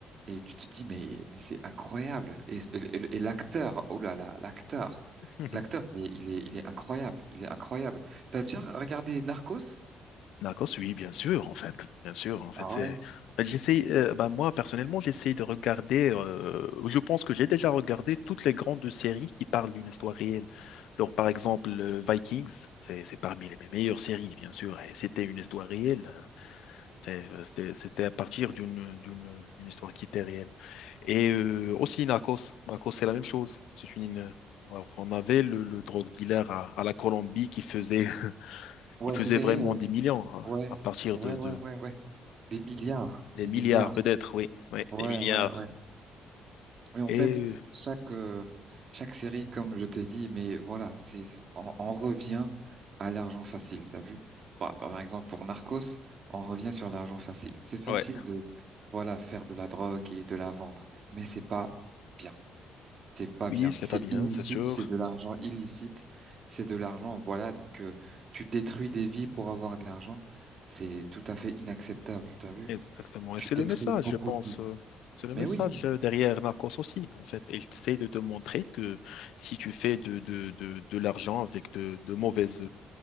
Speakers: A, on the right; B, on the left.
A: et tu te dis, mais, mais c'est incroyable. Et, et- et l'acteur, oh là là, l'acteur,
B: <laughs>
A: l'acteur, il est, il est, il est incroyable. Il est incroyable. T'as déjà regardé Narcos?
B: D'accord, oui, bien sûr, en fait, bien sûr, en fait,
A: Ah
B: c'est-
A: ouais?
B: ben, j'essaye, euh, ben, moi, personnellement, j'essaye de regarder, euh, je pense que j'ai déjà regardé toutes les grandes séries qui parlent d'une histoire réelle. Alors, par exemple, euh, Vikings, c'est c'est parmi les mes meilleures séries, bien sûr, et c'était une histoire réelle, hein. C'est- c'était c'était à partir d'une d'une d'une histoire qui était réelle. Et euh, aussi Narcos, Narcos, c'est la même chose, c'est une... alors, on avait le, le drogue dealer à, à la Colombie qui faisait <laughs>
A: Ouais,
B: il faisait
A: c'était
B: vraiment
A: réel.
B: des millions hein,
A: Ouais,
B: à partir
A: ouais,
B: de,
A: ouais,
B: de,
A: ouais, ouais. Des milliards,
B: des
A: des
B: milliards,
A: milliards.
B: peut-être, oui. Oui,
A: Ouais,
B: des milliards.
A: ouais, ouais. Et en
B: Et
A: fait, chaque, euh, chaque série, comme je te dis, mais voilà, c'est, c'est- on, on revient à l'argent facile, t'as vu? Par, par exemple, pour Narcos, on revient sur l'argent facile. C'est facile
B: euh, ouais,
A: de, voilà, faire de la drogue et de la vendre, mais c'est pas bien. C'est pas
B: oui,
A: bien.
B: c'est
A: C'est
B: pas bien,
A: illicite,
B: c'est sûr.
A: c'est de l'argent illicite, c'est de l'argent, voilà, donc euh, tu détruis des vies pour avoir de l'argent. C'est tout à fait inacceptable, t'as vu?
B: Exactement.
A: Tu
B: Et c'est
A: détruis
B: le message,
A: beaucoup
B: je pense.
A: de vies.
B: euh, C'est le
A: Mais
B: message
A: oui,
B: euh, derrière Narcos aussi, en fait. Il essaie de te montrer que si tu fais de, de, de, de l'argent avec de, de mauvaises,